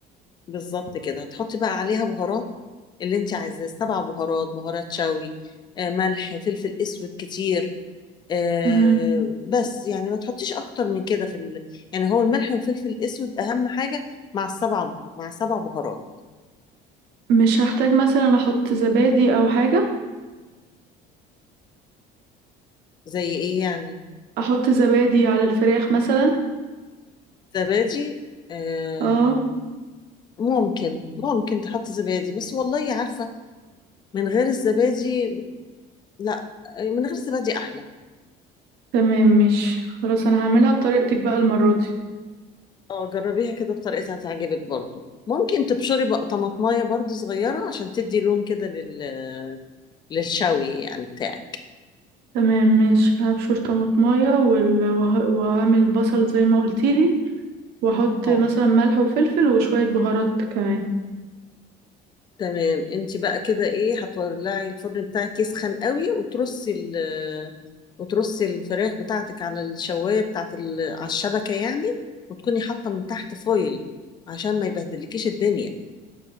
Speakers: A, on the left; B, on the right.
A: بالظبط كده هتحطي بقى عليها بهارات اللي انت عايزاه سبع بهارات بهارات شوي آه، ملح فلفل اسود كتير آه،
B: تمام
A: بس يعني ما تحطيش اكتر من كده في ال... يعني هو الملح والفلفل الاسود اهم حاجة مع السبع مع سبع بهارات
B: مش هحتاج مثلا احط زبادي او حاجة
A: زي ايه يعني
B: احط زبادي على الفراخ مثلا
A: زبادي آه
B: اه
A: ممكن ممكن تحط زبادي بس والله عارفة من غير الزبادي لا من غير الزبادي أحلى
B: تمام ماشي خلاص انا هعملها بطريقتك بقى المرة دي
A: اه جربيها كده بطريقتها هتعجبك برضو ممكن تبشري بقى طماطمايه برضو صغيرة عشان تدي لون كده لل... للشوي يعني بتاعك
B: تمام ماشي هبشر طماطمية وال... وه- وهعمل بصل زي ما قلتيلي واحط
A: اه
B: مثلا ملح وفلفل وشوية بهارات كمان
A: تمام انت بقى كده ايه هتولعي الفرن بتاعك يسخن قوي وترصي ال آه، وترصي الفراخ بتاعتك على الشوايه بتاعت ال... آه، على الشبكه يعني وتكوني حاطه من تحت فويل عشان ما يبهدلكيش الدنيا